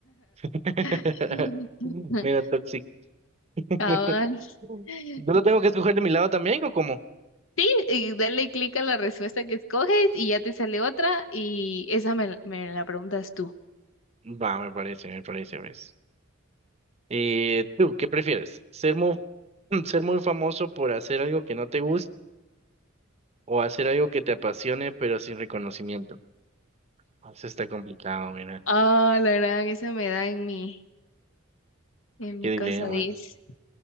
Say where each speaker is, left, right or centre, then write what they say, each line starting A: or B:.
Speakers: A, on the right (about 30°); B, on the left (about 70°).
A: <laughs>
B: <laughs>
A: Mira, Toxic. <laughs>
B: Cabal. <laughs>
A: ¿Yo lo tengo que escoger de mi lado también o cómo?
B: Y y dale clic a la respuesta que escoges y ya te sale otra y esa me, la me la preguntas tú.
A: Va, me parece, me parece, ves. Eh, ¿tú qué prefieres? ¿Ser muy, <clears throat> ser muy famoso por hacer algo que no te gusta o hacer algo que te apasione pero sin reconocimiento? Ah, Eso está complicado, mira.
B: Ah, la gran, esa me da en mi, en
A: Qué
B: mi
A: dilema.
B: casa 10.